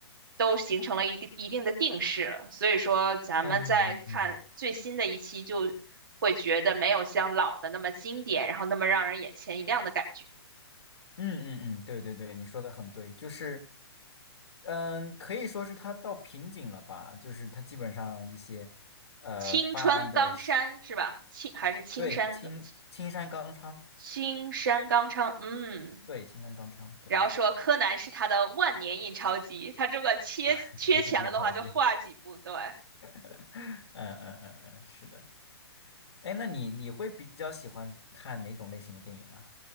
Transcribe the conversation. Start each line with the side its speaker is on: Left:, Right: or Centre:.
Right: 都形成了一个一定的定势了，所以说咱们再看最新的一期就会觉得没有像老的那么经典，
Left: 嗯嗯
Right: 然后那么让人眼前一亮的感觉。
Left: 嗯嗯嗯，对对对，你说的很对，就是。嗯，可以说是他到瓶颈了吧？就是他基本上一些呃犯案的
Right: 青川刚山是吧？青还是青山刚？
Left: 对，青青山刚昌，
Right: 青山刚昌，嗯，
Left: 对，青山刚昌，对，
Right: 然后说柯南是他的万年印钞机，他如果缺缺钱了的话，
Left: <laughs> 你了解，
Right: 就画几部。对，
Left: <laughs> 嗯嗯嗯嗯，是的。哎，那你你会比较喜欢看哪种类型的电影啊？